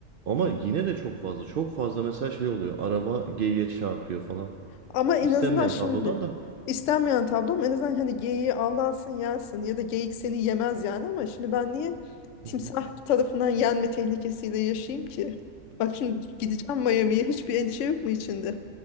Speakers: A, on the right; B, on the left.
A: Ama yine de çok fazla. Çok fazla mesela şey oluyor. Araba geyiğe çarpıyor falan.
B: Ama en
A: İstenmeyen
B: azından şimdi
A: tablolar da.
B: istenmeyen tablom en azından hani geyiği avlansın yensin ya da geyik seni yemez yani ama şimdi ben niye timsah
A: Hı hı.
B: tarafından yenme tehlikesiyle yaşayayım ki? Bak şimdi gideceğim Miami'ye hiçbir endişe yok mu içinde?